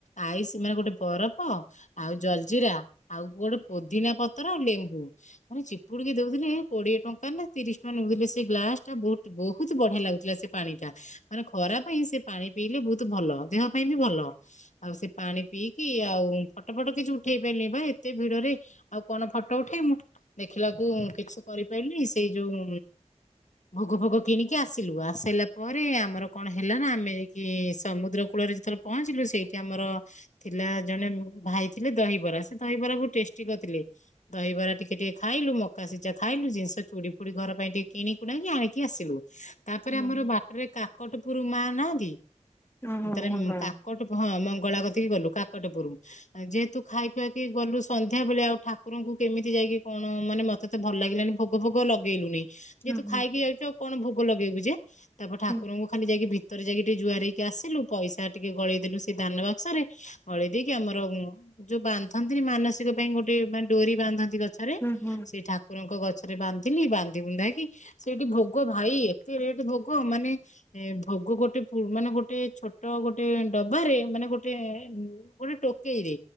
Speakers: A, on the left (about 85°); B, on the left (about 20°).
A: ଆଇ ସେ ମମାନେ ଗୋଟେ ବରଫ ଆଉ ଜଲଜିିରା ଆଉ ଗୋଟେ ପୋଦିନା ପତ୍ର ଆଉ ଲେମ୍ବୁ ମାନେ ଚିପୁଡିକି ଦଉଥିଲେ କୋଡିଏ ଟଙ୍କା ନା ତିରିଶ ଟଙ୍କା ନେଉଥିଲେ ସେ ଗ୍ଲାସ ଟା ବହୁ ବହୁତ ବଢିଆ ଲାଗୁଥିଲା ସେ ପାଣିଟା ମାନେ ଖରା ପାଇଁ ସେ ପାଣି ପିଇଲେ ବହୁତ ଭଲ ଦେହ ପାଇଁ ବି ଭଲ। ଆଉ ସେ ପାଣି ପିଇକି ଆଉ ଫଟୋ ଫଟ କିଛି ଉଠେଇ ପାରିନି ବା ଏତେ ଭିଡରେ ଆଉ କଣ ଫଟୋ ଉଠେଇ ମୁଁ ଦେଖିଲାକୁ କିଛି କରିପାରିଲିନି ସେଇ ଯୋଉ ଭୋଗ ଫୋଗ କିଣିକି ଆସିଲୁ, ଆସିଲା ପରେ ଆମର କଣ ହେଲା ନା ଆମେ କି ସମୁଦ୍ର କୂଳରେ ଯେତେବେଳେ ପହଞ୍ଚିଲୁ ସେଇଠି ଆମର ଥିଲା ଜଣେ ଉମ୍ ଭାଇ ଥିଲେ ଦହିବରା ସେ ଦହିବରା ବହୁତ ଟେଷ୍ଟି କରିଥିଲେ ଦହିବରା ଟିକେ ଟିକେ ଖାଇଲୁ ମକା ସିଝା ଖାଇଲୁ ଜିନିଷ ଚୁଡ଼ି ଫୁଡି ଘର ପାଇଁ ଟିକେ କିଣିଣକି ଆଣିକି ଆସିଲୁ। ତାପରେ
B: ଓହୋ
A: ଆମର ବାଟରେ କାକଟ ପୁରୁ ମା ନାହାନ୍ତି।
B: ଓହୋ
A: ତରେ
B: ମଙ୍ଗଳା
A: କାକଟ ହଁ ମଙ୍ଗ ଗଳା କତିକି ଗଲୁ କାକଟପୁରୁ। ଯେହେତୁ ଖାଇ ଖୁଆକି ଗଲୁ ସନ୍ଧ୍ୟା ବେଳେ ଆଉ ଠାକୁରଙ୍କୁ କେମିତି ଯାଇକି କଣ ମାନେ ମତେ ତ ଭଲ ଲାଗିଲାନି ଭୋଗ ଭୋଗ ଲଗେଇ ଲୁନେଇ। ଯେହେତୁ
B: ଓହୋ।
A: ଖାଇକି ଯାଇଛୁ ଆଉ କଣ ଭୋଗ ଲଗେଇବୁ ଯେ। ତାପରେ ଠାକୁରଙ୍କୁ
B: ହୁଁ
A: ଖାଲି ଯାଇକି ଭି ଭତରେ ଯାଇକି ଟିକେ ଜୁହାର ହେଇକି ଆସିଲୁ ପଇସା ଟିକେ ଗଳେଇ ଦେଲୁ ସେ ଧାନ ବାକ୍ସରେ ଗଳେଇ ଦେଇକି ଆମର ଯୋଉ ବାନ୍ଧନ୍ତିନି ମାନସିକ ପାଇଁ ଗୋଟେ ମାନେ ଡୋରି ବାନ୍ଧନ୍ତି ଗଛ ଗଛରେ
B: ହୁଁ ହୁଁ
A: ସେ ଠାକୁରଙ୍କ ଗ ସେରେ ବାନ୍ଧିଲି ବାନ୍ଧି ବନ୍ଧାକ କି ସେଠି ଭୋଗ ଭାଇ ଏତେଠ ଭୋଗ ମାନେ ଭୋଗ ଗୋଟେ ମାନେ ଗୋଟେ ଛୋଟ ଗୋଟେ ଡବାରେ ମାନେ ଗୋଟେ ଗୋଟେ ଟୋକେଇରେ